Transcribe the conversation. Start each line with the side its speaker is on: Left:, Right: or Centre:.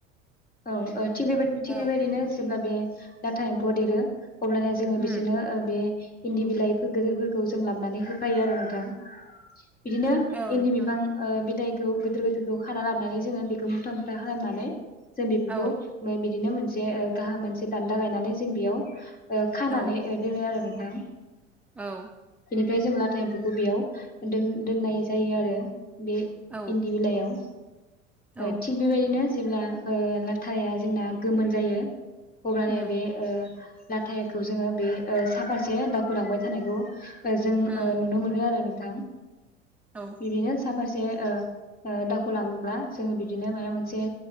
Left: औ ओ थि बेबाय थि
Centre: औ
Left: बेबायदिनो जेब्ला बे लाथा एम्फौआ देरो अब्लानिया जोङो
Centre: उम
Left: बिसोरनो ओ बे इन्दि बिलाइखो गोदोरफोरखौ जों लाबोनानै होफायो आरो नोंथां। इदिनो
Centre: औ नोंथां
Left: इन्दि बिफां ओ बिलाइ खौ गोदोर गोदोरखौ खाना लाबोनानै जोङो बेखौ मुथा मुथा हानानै जों बेफोरखौ
Centre: औ
Left: बिदिनो मोन से ओ गाहाम मोनसे दान्दा गायनानै जों बेयाव ओ खानानै
Centre: औ
Left: ओ दोनो आरो नोंथां।
Centre: औ।
Left: ओमफाय जों लाथा एम्फौखौ बेयाव दोन दोननाय जायो आरो। बे
Centre: औ
Left: इन्दि बिलाइयाव
Centre: औ
Left: ओ थिग बेबायदिनो जेब्ला ओ लाथाया जोंना गोमोन जायो अब्लानो
Centre: उम
Left: बे ओ लाथाखौ जोङो बे सा फारसे दावखोलांबाय थानायखौ जों ओ
Centre: उम
Left: नुनो मोनो आरो नों थां
Centre: औ
Left: बिदिनो साफा से ओ ओ दावखो लाब्ला जोङो बिदिनो मायबा मोनसे